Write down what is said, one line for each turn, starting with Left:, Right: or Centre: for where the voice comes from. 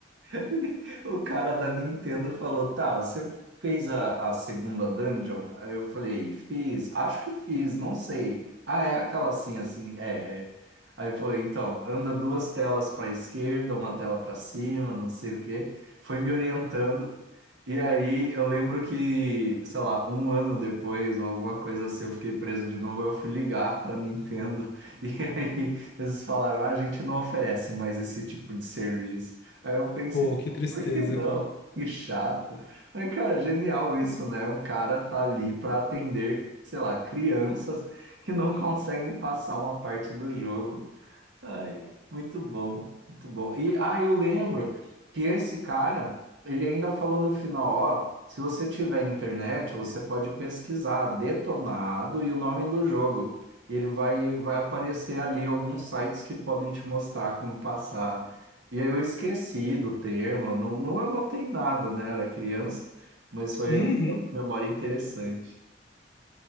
Right: <laughs> O cara da Nintendo falou: Tá, você fez a, a segunda dungeon? Aí eu falei: Fiz, acho que fiz, não sei. Ah, é aquela assim, assim, é, é. Aí foi: Então, anda duas telas para esquerda, uma tela para cima, não sei o quê. Foi me orientando. E aí eu lembro que, sei lá, um ano depois, ou alguma coisa assim, eu fiquei preso de novo. Eu fui ligar para Nintendo. <laughs> E aí eles falaram: ah, A gente não oferece mais esse tipo de serviço. Aí eu pensei,
Left: Pô, que tristeza,
Right: por que não?
Left: cara.
Right: Que chato. Mas, cara, genial isso, né? Um cara tá ali para atender, sei lá, crianças que não conseguem passar uma parte do jogo. Ai, muito bom, muito bom. E ah, eu lembro que esse cara, ele ainda falou no final, ó, se você tiver internet, você pode pesquisar Detonado e o nome do jogo. Ele vai vai aparecer ali alguns sites que podem te mostrar como passar. E aí eu esqueci do termo, não, não anotei nada, né? Era criança, mas foi,
Left: Uhum.
Right: foi uma memória interessante.